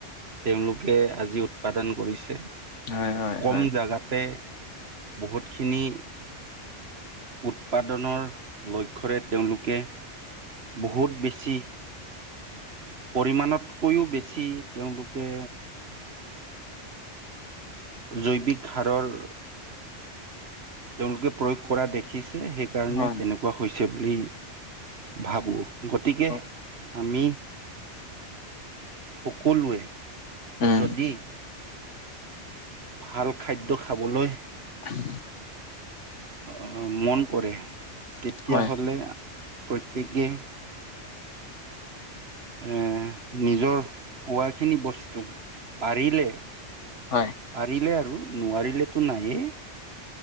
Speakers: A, on the right; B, on the left.
A: তেওঁলোকে আজি উৎপাদন কৰিছে,
B: হয়, হয়,
A: কম
B: হয়।
A: জাগাতে। বহুত খিনি উৎপাদনৰ লক্ষৰে তেঁওলোকে বহুত বেছি পৰিমাণতকৈও বেছি তেওঁলোকে জৈৱিক সাৰৰ তেওঁলোকে প্ৰয়োগ কৰা দেখিছে, সেইকাৰণে
B: হয়,
A: তেনেকুৱা হৈছে বুলি ভাবো। গতিকে
B: হয়
A: আমি সকলোৱে
B: উম,
A: যদি ভাল খাদ্য খাবলৈ
B: <unintelligible>
A: অ, মন কৰে, তেতিয়াহলে
B: হয়,
A: প্ৰত্যেকে এ, নিজৰ পোৱাখিনি বস্তু, পাৰিলে
B: হয়।
A: পাৰিলে আৰু নোৱাৰিলেতো নাইয়ে,